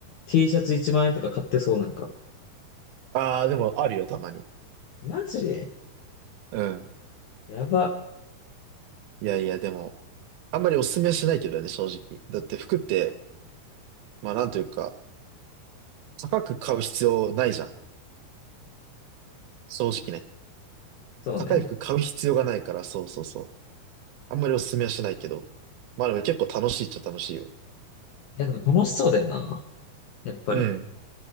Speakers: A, on the left; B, on the right.
A: T シャツ1万円とか買ってそうなんか。
B: う。ああ、でもあるよ、たまに。
A: マジ
B: うん。
A: やば。
B: いやいや、でも、あんまりおすすめはしないけどね、正直。だって服って、まあなんというか、高く買う必要ないじゃん。正直ね。
A: そうね。
B: 高い服買う必要がないから、そうそうそう。あんまりおすすめはしないけど。まあでも結構楽しいっちゃ楽しいよ。
A: いやでも楽しそうだよな。やっぱり。
B: うん。